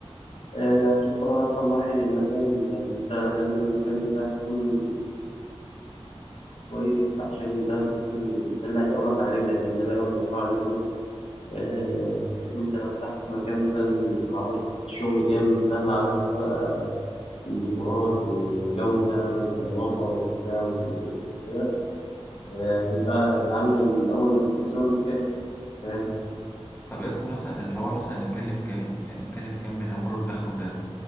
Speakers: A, on the left; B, on the left.
A: آه، اكيد طبعا رقم واحد المكان يعني انت لازم المكان بتاعك يكون كويس عشان ده ده اللي هيقومك على رجلك يعني ده اللي هيقوم المشروع على رجله آه، لان انت لو فتحت في مكان مثلا وعملت شغل جامد مهما عملت بقى ديكورات وجودة ونظافة وبتاع وكده آه، يبقى العامل الأول والأساسي هو المكان فاهم
B: طب يا اسطى مثلا الحوار مثلا يتكلف كام يعني يتكلف كام من اوله لاخره كده